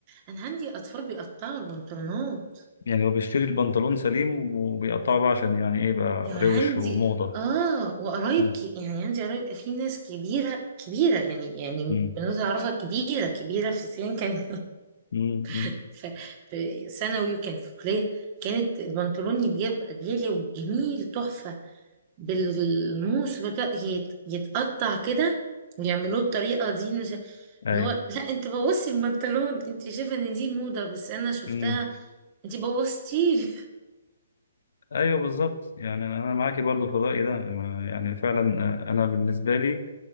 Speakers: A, on the right; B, on the left.
A: انا عندي اطفال بيقطعوا البنطلونات
B: يعني هو بيشتري البنطلون سليم وبيقطعه بقى عشان يعني ايه بقى
A: وعندي
B: روش وموضة
A: اه وقرايب
B: مم.
A: ك... يعني عندي قرايب في ناس كبيرة كبيرة يعني يعني
B: مم.
A: بنوتة أعرفها كبيرة كبيرة في السن كان
B: مم. مم.
A: <laughs> في, في ثانوي وكانت في كلية كانت البنطلون يبقى غالي وجميل تحفة بالموس بك... يت... يتقطع كده ويعملوه الطريقة دي مش
B: ايوه
A: اللي هو لا انت بوظتي البنطلون انت شايفة ان دي موضة بس انا شفتها
B: مم.
A: انت بوظتيه
B: ايوه بالظبط يعني انا أنا معاكي برضو في الرأي ده أنا- يعني فعلا آه، انا بالنسبة لي